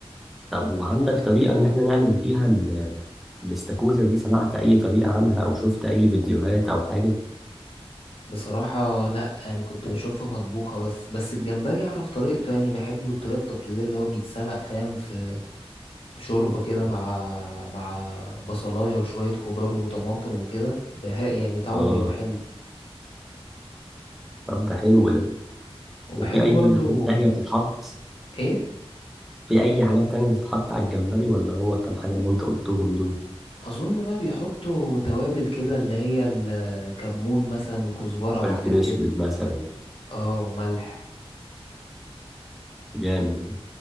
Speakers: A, in the centre; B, on the left.
A: طب وعندك طريقة إن إحنا نعمل بيها ال- الاستاكوزا دي سمعت أي طريقة عنها أو شفت أي فيديوهات أو حاجة؟
B: بصراحة لا يعني كنت بشوفها مطبوخة بس بس الجمبري أعرف طريقته يعني بحبه الطريقة التقليدية اللي هو بيتسلق فاهم في شوربة كده مع مع بصلاية وشوية خضار وطماطم وكده بها يعني طعمه
A: آه
B: بيبقى حلو
A: طب ده حلو ده
B: وبحب
A: وفي
B: برضو
A: أي حاجات تانية بتتحط؟
B: ايه
A: في أي حاجات تانية بتتحط على الجمبري ولا هو الكام حاجة اللي أنت قلتهم دول؟
B: اظن بقى بيحطوا توابل كده اللي هي الكمون مثلا وكزبرة وحاجات
A: فلفل
B: كده
A: أسود مثلا
B: اه وملح
A: جامد ده